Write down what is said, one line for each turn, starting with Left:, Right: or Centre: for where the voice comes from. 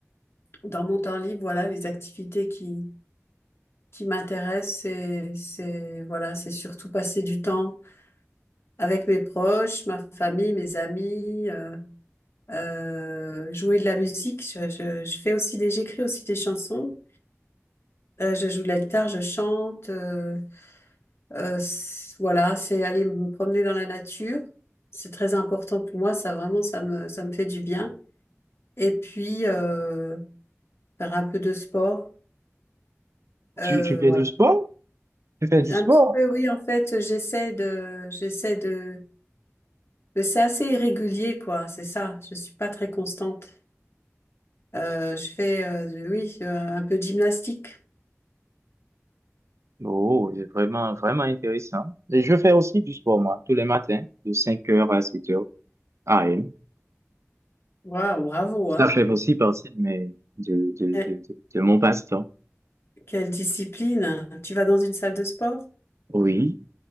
Left: dans mon temps libre, voilà, les activités qui, qui m'intéressent, c'est, c'est, voilà, c'est surtout passer du temps avec mes proches, ma famille, mes amis, euh, euh, jouer de la musique. Je, je, je fais aussi des, j'écris aussi des chansons. Euh, je joue de la guitare, je chante. euh, euh, c- voilà, c'est aller me promener dans la nature. C'est très important pour moi. Ça vraiment, ça me, ça me fait du bien. Et puis, euh, faire un peu de sport. Euh,
Right: Tu, tu fais du sport? Tu fais du
Left: Un
Right: sport?
Left: petit peu, oui, en fait, j'essaie de, j'essaie de, mais c'est assez irrégulier, quoi, c'est ça. Je suis pas très constante. Euh, je fais, euh, du- oui, euh, un peu de gymnastique.
Right: Oh, c'est vraiment, vraiment intéressant. Et je fais aussi du sport, moi, tous les matins, de cinq heures à 7h AM.
Left: Waouh, bravo,
Right: Ça
Left: hein.
Right: fait aussi partie de mes, de, de,
Left: Que-
Right: de, de, de mon passe-temps.
Left: Quelle discipline. Tu vas dans une salle de sport?
Right: Oui,